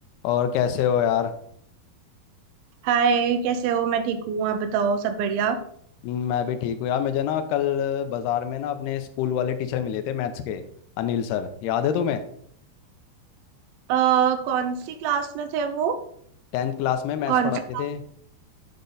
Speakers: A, on the left; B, on the right.
A: और कैसे हो यार
B: हाय कैसे हो मैं ठीक हूँ आप बताओ सब बढ़िया
A: मैं भी ठीक हूँ यार मुझे ना कल बाजार में ना अपने स्कूल वाले टीचर मिले थे मैथ्स के अनिल सर याद है तुम्हें
B: अ कौन सी क्लास में थे वो
A: टेंथ क्लास में मैथ्स
B: कौन
A: पढ़ाते
B: सी क्लास
A: थे